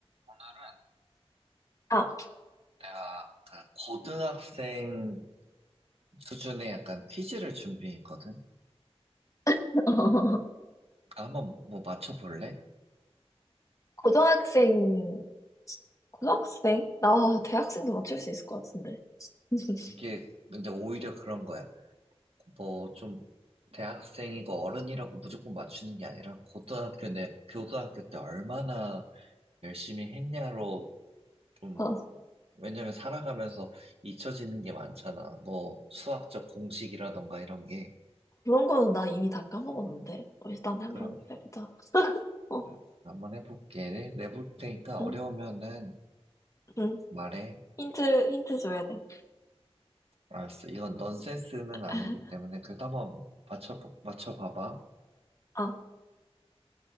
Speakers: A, on the right; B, on the left.
A: 오늘은
B: 아,
A: 내가 그 고등학생 수준의 약간 퀴즈를 준비했거든?
B: <laughs>
A: 아, 한번 뭐 맞춰볼래?
B: 고등학생, 고등학생? 나 대학생도 맞출 수 있을 것 같은데. <laughs>
A: 이게 근데 오히려 그런 거야. 뭐 좀 대학생이고 어른이라고 무조건 맞추는 게 아니라 고등학교 내, 고등학교 때 얼마나 열심히 했냐로 좀,
B: 어,
A: 왜냐면 살아가면서 잊혀지는 게 많잖아. 뭐 수학적 공식이라던가 이런 게.
B: 그런 거는 나 이미 다 까먹었는데. 어, 일단 한번
A: 그럼
B: 해보자. <laughs> 어,
A: 아, 한번 해볼게. 내볼 테니까
B: 응,
A: 어려우면은
B: 응.
A: 말해.
B: 힌트, 힌트 줘야 돼.
A: 알았어. 이건 넌센스는 아니기
B: <laughs>
A: 때문에 그래도 한번 맞춰, 맞춰봐봐.
B: 아,